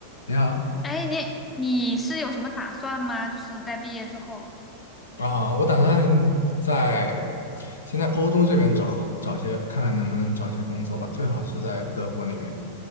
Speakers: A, on the left; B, on the left.
A: 你好
B: 哎，你你是有什么打算吗？就是在毕业之后，
A: 啊，我打算在先在欧洲这边找个找些，看看能不能找些工作吧，最好是在德国那边，